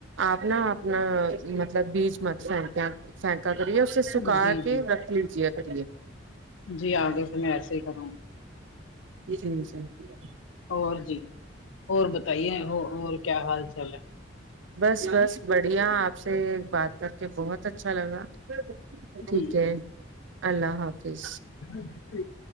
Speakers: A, on the right; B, on the left.
A: آپ نا اپنا مطلب بیج مت فھیک فینکا کریے پھر
B: جی
A: سکا
B: جی
A: کے
B: جی
A: رکھ لیجیے کرریے
B: جی آگے میں ایسے ہی کروں گی
A: جچ نچ ج ج ہے <unintelligible>
B: اور جی اور بتائیے اور کیا حال چال ہے
A: بس بس بڑھیا آپ سے بات کر کے بہت اچھا لگا ٹھیک
B: جی
A: ہے اللہ حافظ
B: جی ٹھیک